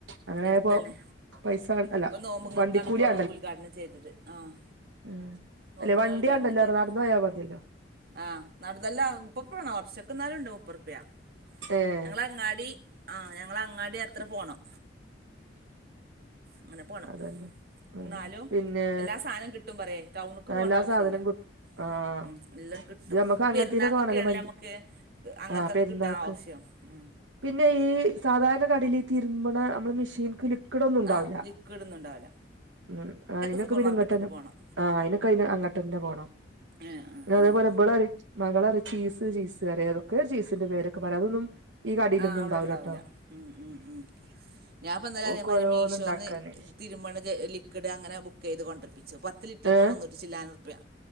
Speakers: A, on the right (about 80°); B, on the right (about 55°).
A: അങ്ങനായപ്പോ
B: എടുത്തന്നെ
A: പൈസ അല്ല
B: ഇപ്പൊ നോമ്പുങ്ങക്കാണ്
A: വണ്ടിക്കൂലി
B: ഇപ്പൊ ഉദ്ഘാടനം ചെയ്തത് ആഹ്
A: ഉ
B: നോമ്പിനാ
A: അല്ലേ വണ്ടിയാണ്ടല്ലോ
B: ഉദ്ഘാടനം ചെയ്തത്
A: നടന്ന് പോയാൽ മതിയല്ലോ
B: ആഹ് നടന്നല്ല <unintelligible> ഓട്ടർഷക്ക്ണ്ട് മുപ്പതുറുപ്യ
A: ഏഹ്
B: ഞങ്ങള അങ്ങാടി ആഹ് ഞങ്ങളങ്ങാടി അത്ര പോണം അങ്ങനെ പോണം
A: അതന്നെ ഉം
B: എന്നാലും
A: പിന്നെ
B: എല്ലാ സാധനം കിട്ടും പറയ ടൗണക്ക് പോകണ്ട
A: എല്ലാ
B: ആവശ്യല്ല
A: സാധനം കിട്ടും ആഹ്
B: ഉം എല്ലാം കിട്ടും
A: ഇത് നമ്മക്ക്
B: ഈ
A: അങ്ങനത്തീനൊക്കെ
B: പെരുന്നാക്കൊക്കെയാണല്ല
A: വേണല്ലോ മഞ്ച്
B: നമുക്ക് അങ്ങനത്തൊക്കെ
A: ആഹ് പെരുന്നാക്ക്
B: കിട്ടാ ആവശ്യം ഉം
A: പിന്നെ ഈ സാധാരണ കടേല് തിരുമ്പണ നമ്മള് മെഷീൻക്ക് ലിക്വിഡ് ഒന്നും ഉണ്ടാവില്ല
B: ആ ലിക്വിഡോന്നും ഉണ്ടാവില്ല
A: ഉം അയിനൊക്കെ
B: സൂപ്പർ
A: പിന്നെങ്ങട്ടനും
B: മാർക്കറ്റ്ക്ക് പോണം
A: ആഹ് അയിനൊക്കെ അന് അങ്ങട്ടന്ന പോണം
B: ഏഹ് ആഹ്
A: പിന്നെ അതേപോലെ
B: ആഹ്
A: ഇബളറിം മകള അറിയ ചീസ് ചീസറിയ അതൊ ചീസിന്റെ പേരൊക്കെ പറയാം അതൊന്നും ഈ കടയിലൊന്നും
B: ആഹ് അവിടെ
A: ഇണ്ടാവില്ലട്ടോ
B: ഉണ്ടാവൂല ഉം ഉം ഉം ഞാൻ പ്പോ ഇന്നലെ
A: ഓക്ക്
B: അതേമാതിരി
A: ഓരോന്ന്
B: മീഷോന്ന്
A: ഇണ്ടാക്കാന്
B: തിരുമണ ക്ക്ഡ് അങ്ങന ബുക്ക് ചെയ്ത് കൊണ്ട് വർത്തിച്ചു പത്ത് ലിറ്ററിന്
A: ഏഹ്
B: മുന്നൂറ്റി ചില്ലാനും റുപ്യാ